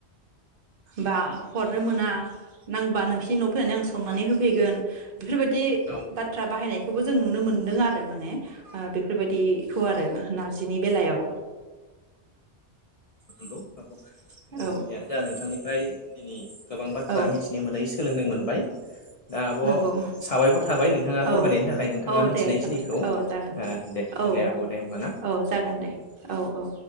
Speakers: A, on the right (about 60°); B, on the left (about 60°).
A: बा हरनो मोना नांगौबा नोंसिनि न'आव फैनानै आं संनानै होफैगोन, बेफोरबादि
B: औ
A: बाथ्रा बाहायनायखौबो जों नुनो मोन्दों आ रो माने ओ बेफोर बेफोरबादिखौ आरो। नार्जिनि बेलायाव।
B: जियानो
A: औ
B: जा नोंथांनि फ्राय दिनि गोबां बाथ्रा
A: औ
B: मिथिनो मोनै सोलोंनो मोनबाय। दा आब'
A: नंगौ
B: साबायखर थाबाय नोंथाङा फोरमायनायनि
A: औ
B: थाखाय नोंथाङा
A: औ
B: मिथिनायखिनिखौ
A: दे जाबाय औ जागोन
B: दे
A: औ
B: दे आब' दे होमबा ना
A: औ जागोन
B: दे।
A: औ औ